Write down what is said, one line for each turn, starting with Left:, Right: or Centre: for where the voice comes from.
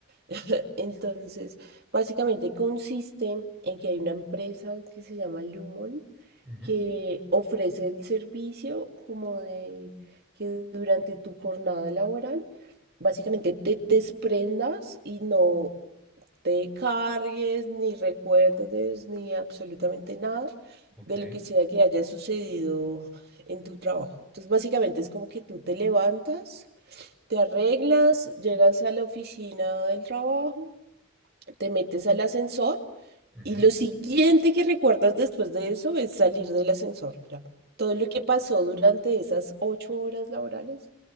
Right: <laughs> Entonces, básicamente consiste en que hay una empresa que se llama Lumon
Centre: ujú,
Right: que ofrece el servicio como de que durante tu jornada laboral básicamente te desprendas y no te cargues, ni recuerdes, ni absolutamente nada
Centre: Ok.
Right: de lo que sea que haya sucedido en tu trabajo. Entonces, básicamente es como que tú te levantas, te arreglas, llegas a la oficina del trabajo, te metes al ascensor
Centre: ujú.
Right: y lo siguiente que recuerdas después de eso es salir del ascensor, ya. Todo lo que pasó durante esas ocho horas laborales,